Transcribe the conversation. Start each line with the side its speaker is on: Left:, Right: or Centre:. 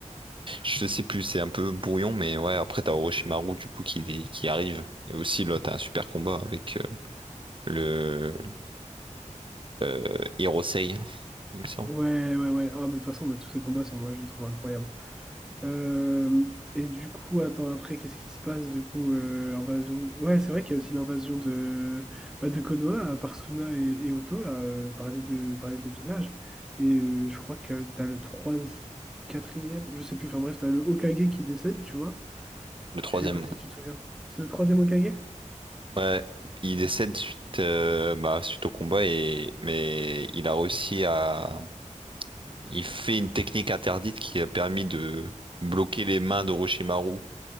Right: Je sais plus, c'est un peu brouillon, mais ouais, après, t'as Orochimaru, du coup, qui, dé, qui arrive. Et aussi, là, t'as un super combat avec euh, le euh, Hirosei, il me semble.
Centre: Ouais, ouais, ouais. Ah, mais de toute façon, mais tous ces combats sont... Ouais, je les trouve incroyables. Euh, et du coup, attends, après, qu'est-ce qui se passe? Du coup, euh, invasion... Ouais, c'est vrai qu'il y a aussi l'invasion de, bah, de Konoha par Suna et, et Otto, là, euh, par les deux, par les deux villages. Et euh, je crois que t'as le 3 quatrième je sais plus, enfin bref, t'as le Hokage qui décède, tu vois.
Right: Le troisième,
Centre: Je sais pas si
Right: ouais.
Centre: tu te souviens. C'est le troisième Hokage?
Right: Ouais, il décède suite, euh, bah, suite au combat, et... mais il a réussi à... Il fait une technique interdite qui a permis de bloquer les mains d'Orochimaru